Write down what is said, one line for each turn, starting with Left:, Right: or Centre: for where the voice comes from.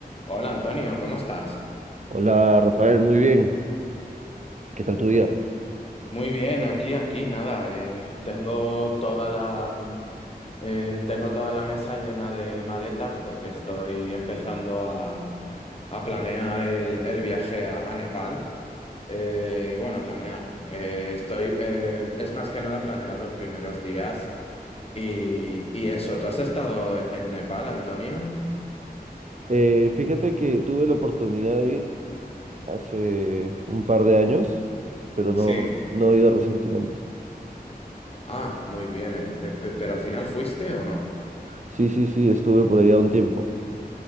Left: Hola Antonio, ¿cómo estás?
Right: Hola Rafael, muy bien. ¿Qué tal tu día?
Left: Muy bien, aquí, aquí, nada. eh, tengo toda la, eh, tengo toda la mesa llena de maletas porque estoy empezando a, a planear el, el viaje a, a Nepal. Eh, bueno, a planear. Eh, estoy, eh, es más que nada planear los primeros días. Y, y eso, ¿tú has estado en Nepal, Antonio?
Right: Eh, fíjate que tuve la oportunidad de ir hace un par de años, pero no,
Left: Sí.
Right: no he ido recientemente.
Left: Ah, muy bien. eh, eh, pe- ¿pero al final fuiste o no?
Right: Sí, sí, sí, estuve por allá un tiempo.